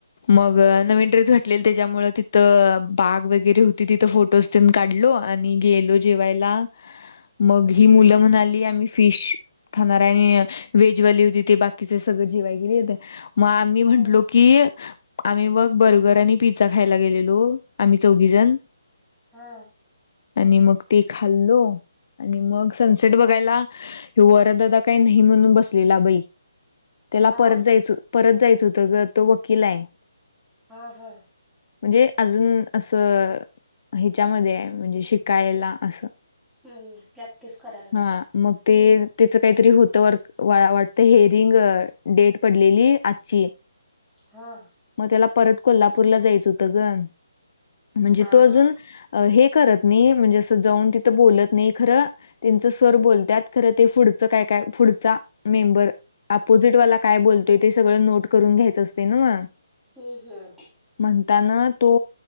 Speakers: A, on the left; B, in the centre.
A: मगर मिटे घटले त्याच्यामुळे तिथं बाग वगैरे होती तिथं फोटोजन काढलो आणि गे जेवाय म ही मुलं म्हणाली आम्ही फिश खाणार आणि वेजवाली होती ते बाकीचे सगळ जेवाय गेले त मग आम्ही म्हंटलो
B: हा
A: की आम्ही बग बर्गर आणि पिझ्झा खायला गेलेलो आम्ही चौघी जण
B: हा.
A: आणि मग ते खाल्लो आणि मग सनसेट बघायला हे वर का नाही म्हण ब त्याला
B: का
A: परत जायचं परत जायचं होत तो वकील आहे.
B: हा हा हा.
A: म्हणजे अजून असं ह्याच्यामध्ये आहे म्हणजे शिकायला असं
B: हम्म प्रॅक्टिस कराय लागलाय
A: हा मग ते त्याचं काहीतरी होतं वर वाटत हेअरिंग डेट पडलेली आजची
B: हा
A: मग त्याला परत कोल्हापूरला जायचं होतं ग म्हणजे
B: हा
A: तो अजून
B: हा
A: हे करत मी म्हणजे असा जाऊन तिथं बोलत नाही खरं त्यांचे सर बोलत्यात खरं ते पुढच काय काय पुढचा मेंबर अपोजिटवाला काय बोलतोय ते सगळं नोट करून घ्यायचं असते ना मग
B: हम्म हम्म
A: म्हणताना तो